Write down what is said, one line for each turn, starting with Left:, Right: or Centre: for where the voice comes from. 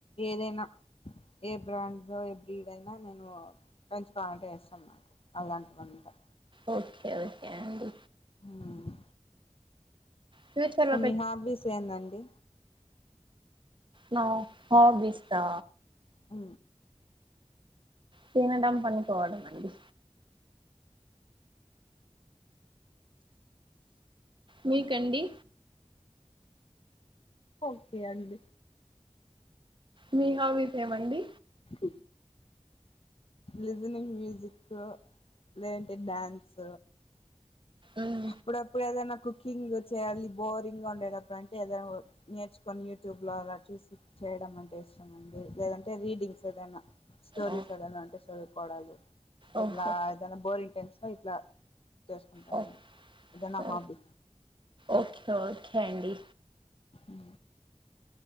Left: ఏదైనా ఏ బ్రాండ్లో ఏ బ్రీడ్ అయినా నేను పెంచుకోవాలంటే ఇష్టం నాకు అలాంటివంటే
Right: ఓకే ఓకే అండి
Left: ఉ
Right: ఫ్యూచర్
Left: సో మీ హాబీస్ ఏందండి
Right: నా హాబీస్సా
Left: ఉ
Right: తినడం పనుకోవడం అండి మీకండి
Left: ఓకే అండి
Right: మీ హాబీస్సేమండి
Left: హ లిజనింగ్ మ్యూజిక్ లేదంటే డాన్స్
Right: ఉమ్
Left: అప్పుడప్పుడు ఏదన్నా కుకింగ్ చేయాలి బోరింగ్ గా ఉండేటప్పుడు అంటే ఏదైనా వర్క్ నేర్చుకొని యూట్యూబ్లో అలా చూసి చేయడం అంటే ఇష్టం అండి లేదంటే రీడింగ్స్ ఏదైనా స్టోరీస్
Right: ఓ
Left: ఏదైనా అంటే స్టోరీ కోడలు
Right: ఓహో
Left: ఎట్లా ఏదనా బోరింగ్ టెన్స్ ఇట్లా చేసుకుంటాండి
Right: ఓ
Left: అదే నా
Right: ఓ
Left: హాబీ
Right: ఓకే ఓకే అండి
Left: హ